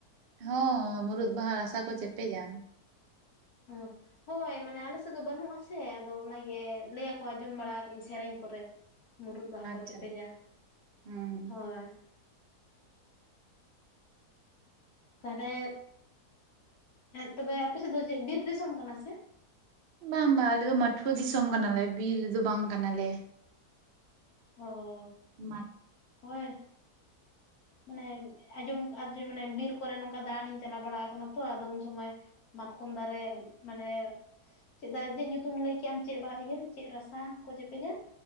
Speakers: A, on the right; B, on the left.
A: ᱦᱚᱸ ᱢᱩᱨᱩᱩᱫ ᱵᱟᱦᱟ ᱨᱟᱥᱟ ᱠᱚ ᱪᱮᱯᱮᱡᱟ
B: ᱦᱸ ᱦᱳᱭ ᱢᱟᱱᱮ ᱟᱞᱮ ᱥᱮᱫ ᱫᱚ ᱵᱟᱹᱱᱩᱜ ᱟᱥᱮ ᱟᱫᱚ ᱚᱱᱟᱜᱮ ᱞᱟᱹᱭ ᱟᱠᱚ ᱟᱸᱡᱚᱢ ᱵᱟᱲᱟᱧ ᱥᱮᱨᱮᱧ ᱠᱚᱨᱮ ᱢᱩᱨᱩᱫ ᱵᱟᱦᱟ
A: ᱟᱪᱪᱷᱟ
B: ᱠᱚ ᱪᱮᱯᱮᱡᱟ
A: ᱦᱩᱸ
B: ᱦᱳᱭ ᱛᱟᱦᱞᱮ ᱛᱚᱵᱮ ᱟᱯᱮ ᱥᱮᱫ ᱫᱚ ᱪᱮᱫ ᱵᱤᱨ ᱫᱤᱥᱚᱢ ᱠᱟᱱᱟ ᱥᱮ
A: ᱵᱟᱝ ᱵᱟᱝ ᱟᱞᱮ ᱫᱚ ᱢᱟᱟᱹᱴᱷᱩᱣᱟᱹ ᱫᱤᱥᱚᱢ ᱠᱟᱱᱟᱞᱮ ᱵᱤᱨ ᱫᱚ ᱵᱟᱝ ᱠᱟᱱᱟᱞᱮ
B: ᱚ
A: ᱢᱟ
B: ᱦᱳᱭ ᱢᱟᱱᱮ ᱟᱸᱡᱚᱢᱟᱱᱮ ᱵᱤᱨ ᱠᱚᱨᱮ ᱱᱚᱝᱠᱟ ᱫᱟᱬᱟᱱᱤᱧ ᱪᱟᱞᱟᱣ ᱵᱟᱲᱟ ᱠᱟᱱᱟ ᱛᱚ ᱟᱫᱚ ᱩᱱ ᱥᱚᱢᱚᱭ ᱢᱟᱛᱠᱚᱢ ᱫᱟᱨᱮ ᱢᱟᱱᱮ ᱪᱮᱫᱟᱜ ᱪᱮᱫ ᱧᱩᱛᱩᱢ ᱞᱟᱹᱭ ᱠᱮᱜ ᱟᱢ ᱪᱮᱫ ᱤᱭᱟᱹ ᱪᱮᱫ ᱨᱟᱥᱟ ᱠᱚ ᱪᱮᱯᱮᱜᱟ